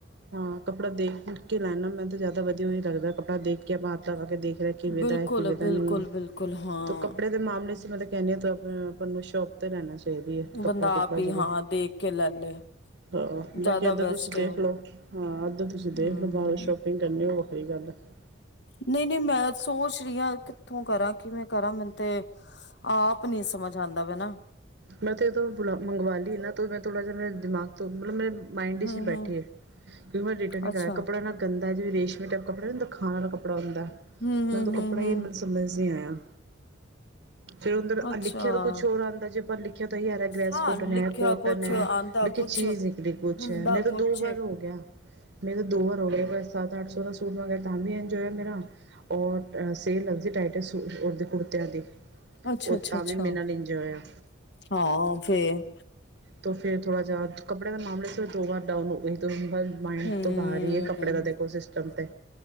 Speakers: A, on the right (about 55°); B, on the left (about 55°).
A: ਹਾਂ ਕੱਪੜਾ ਦੇਖ ਕੇ ਕਿ ਮੈਨੂੰ ਤਾਂ ਜ਼ਿਆਦਾ ਵਧੀਆ ਹੀ ਲੱਗਦਾ। ਕੱਪੜਾ ਦੇਖ ਕੇ ਹੱਥ ਲਾ ਦੇ ਕੇ। ਕਿਵੇਂ
B: ਬਿਲਕੁਲ
A: ਦਾ ਐ ਕਿਵੇਂ ਦਾ
B: ਬਿਲਕੁਲ
A: ਨਹੀਂ
B: ਬਿਲਕੁਲ ਹਾਂ
A: ਐ ਕੱਪੜੇ ਦੇ ਮਾਮਲੇ ਚ ਮੈਂ ਕਹਿੰਨੀ ਆ। ਆਪਨੂੰ ਸ਼ੋਪ ਤੇ ਲੈਣਾ ਚਾਹੀਦੀ ਐ ਕੱਪੜਾ-ਕੁਪੜਾ
B: ਬੰਦਾ ਆਪ ਹੀ
A: ਜਦੋਂ।
B: ਹਾਂ ਦੇਖ ਕੇ ਲੈ ਲੇ
A: ਹਾਂ,
B: ਜ਼ਿਆਦਾ
A: ਬਾਕੀ ਇੱਧਾਂ
B: ਬੈਸਟ
A: ਤੁਸੀਂ ਦੇਖ
B: ਹੈ ਉਹ
A: ਲਓ ਹਾਂ। ਅੱਧਰ ਤੁਸੀਂ
B: ਹਮ
A: ਦੇਖ ਲਓ ਬਾਹਰੋਂ ਸ਼ੋਪਿੰਗ ਕਰਨੀ ਉਹ ਵੱਖਰੀ ਗੱਲ ਐ। <inaudible>
B: ਨਹੀਂ-ਨਹੀਂ ਮੈਂ ਸੋਚ ਰਹੀ ਆਂ। ਕਿੱਥੋਂ ਕਰਾਂ ਕਿਵੇਂ ਕਰਾਂ ਮੈਨੂੰ ਤੇ ਆਪ ਨੀ ਸਮਝ ਆਂਦਾ ਵਾ ਨਾ
A: ਮੈਂ ਤੇ ਇਹਦੋਂ ਬੁਲਾ ਮੰਗਵਾ ਲਈ ਨਾ। ਮੈਂ ਥੋੜ੍ਹਾ ਜਿਹਾ ਮੇਰੇ ਦਿਮਾਗ ਤੋਂ ਮਤਲਬ ਮੇਰੇ ਮਾਇੰਡ
B: ਹਮ
A: ਨ ਬੈਠੇ
B: ਹਮ
A: ਆ। ਕਿਉਂਕਿ ਮੈਂ ਰਿਟਰਨ ਨਾ
B: ਅੱਛਾ
A: ਕਰਿਆ ਕੱਪੜਾ ਨਾ ਗੰਦਾ ਜਿਵੇਂ ਰੇਸ਼ਮੀ ਟਾਈਪ ਕੱਪੜਾ ਨੀ ਹੁੰਦਾ ਖਾਣ ਵਾਲਾ ਕੱਪੜਾ‌ ਹੁੰਦਾ
B: ਹਮ ਹਮ
A: ਮੈਨੂੰ ਤਾਂ ਕੱਪੜਾ
B: ਹਮ ਹਮ
A: ਹੀ ਸਮਝ ਨੀ ਆਇਆ। ਫਿਰ ਉਧਰ
B: ਅੱਛਾ
A: ਲਿਖਿਆ ਤਾਂ ਕੁਛ ਹੋਰ ਆਂਦਾ ਜੇ ਆਪਾਂ ਲਿਖਿਆ। ਕਿਆ ਯਾਰ ਗ੍ਰੈਸ
B: ਹਾਂ
A: ਕੋਟਨ
B: ਲਿਖਿਆ
A: ਹੈ, ਕੋਟਨ
B: ਕੁਛ
A: ਹੈ
B: ਆਂਦਾ
A: ਲੇਕਿਨ
B: ਕੁਛ
A: ਚੀਜ਼ ਨਿਕਲੀ ਕੁਛ
B: ਹੁੰਦਾ
A: ਹੈ, ਮੇਰੇ ਤੋਂ
B: ਕੁਛ
A: ਦੋ ਵਾਰ
B: ਏ।
A: ਹੋ ਮੇਰੇ ਦੋ ਵਾਰ ਹੋ ਲਿਆ ਸੱਤ ਅੱਠ ਸੌ ਦਾ ਸੂਟ ਮੰਗਵਾਇਆ ਤਾਂ ਇੰਜੋ ਇਆ ਮੇਰਾ ਔਰ ਸੇਲ ਲੱਗਦੀ ਹੈ, ਢਾਈ-ਢਾਈ ਸੌ ਦੇ ਕੁੜਤਿਆਂ ਦੀ
B: ਅੱਛਾ
A: ਉਹ
B: ਅੱਛਾ
A: ਤਾਂ
B: ਅੱਛਾ।
A: ਵੀ ਮੇਰੇ ਨਾਲ ਇੰਜੋ ਇਆ
B: ਹਾਂ ਫਿਰ
A: 'ਤੇ ਫਿਰ ਥੋੜ੍ਹਾ ਜਿਹਾ ਕੱਪੜੇ ਦਾ ਮਾਮਲਾ ਚ ਫਿਰ ਦੋ ਵਾਰ ਡਾਊਨ ਹੋ ਗਏ ਤੁਹੀ ਮਾਇੰਡ
B: ਹੂੰ।
A: ਤੋਂ ਬਾਹਰ ਹੀ ਹੈ ਕੱਪੜੇ ਦਾ ਦੇਖੋ ਸ ਟਮ 'ਤੇ